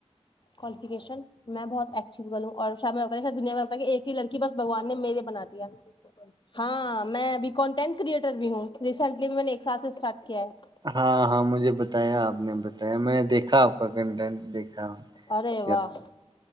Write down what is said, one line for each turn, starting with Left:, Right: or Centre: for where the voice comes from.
Left: کوالیفکیشن میں بہت ایکٹو گرل ہوں اور شاید مجھے لگتا دنیا میں ایک ہی لڑکی بس بھگوان نے میرے بنا دیا ہاں میں ابھی کنٹیکٹ کریئٹر بھی ہوں ریسنٹلی بھی میں نے ایک ساتھ اسٹارٹ کیا ہے
Right: ہاں ہاں مجھے بتایا آپ نے بتایا میں نے دیکھا آپ کا کنٹینٹ دیکھا
Left: ارے
Right: کیا
Left: واہ
Right: ہوا ہے۔